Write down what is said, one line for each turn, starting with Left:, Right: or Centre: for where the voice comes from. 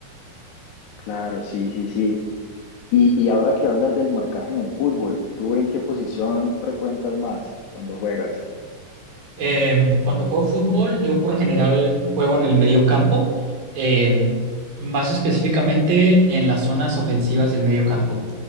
Left: Claro, sí, sí, sí. Y, y ahora que hablas del marcaje en el fútbol, ¿tú en qué posición frecuentas más cuando juegas?
Right: Em, cuando juego fútbol, yo por lo general juego en el medio campo, em, más específicamente en las zonas ofensivas del medio campo.